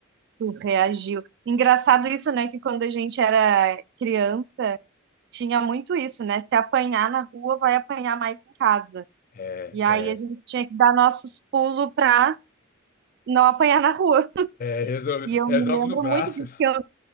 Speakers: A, on the right; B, on the left.
A: Tu reagiu. Engraçado isso, né? Que quando a gente era criança, tinha muito isso, né? Se apanhar na rua, vai apanhar mais em casa.
B: É,
A: E aí
B: é,
A: a gente tinha que dar nossos pulos pra não apanhar na rua.
B: é, resolve,
A: E eu
B: resolve
A: me lembro
B: no braço.
A: muito disso. que Eu,